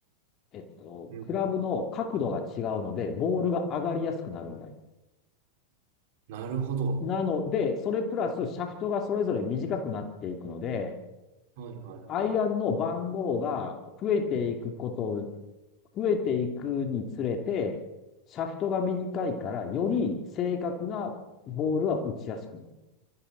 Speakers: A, on the left (about 30°); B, on the right (about 50°).
A: えっと、
B: うん。
A: クラブの角度が違うので、ボールが上がりやすくなるんだよ。
B: なるほど。
A: なので、それプラスシャフトがそれぞれ短くなっていくので、
B: はいはいはい。
A: アイアンの番号が増えていくことを、増えていくにつれて、シャフトが短いから、より正確なボールは打ちやすくなる。